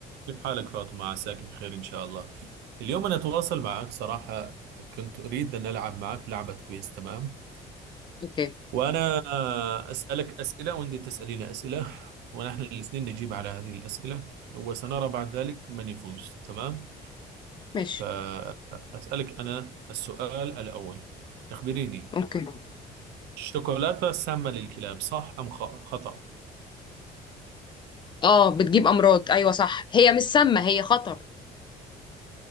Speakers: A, on the right (about 80°); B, on the left (about 30°).
A: كيف حالك فاطمة عساك بخير إن شاء الله اليوم أنا أتواصل معك صراحة كنت أريد أن ألعب معك لعبة كويس تمام
B: اوكي
A: وأنا أسألك أسئلة وأنت تسألين أسئلة ونحن الاثنين نجيب على هذه الأسئلة وسنرى بعد ذلك من يفوز تمام
B: ماشي
A: فأسألك أنا السؤال الأول أخبريني
B: اوكي
A: الشوكولاتة سامة للكلاب صح أم خ- خطأ
B: اه بتجيب امراض ايوه صح هي مش سامه هي خطر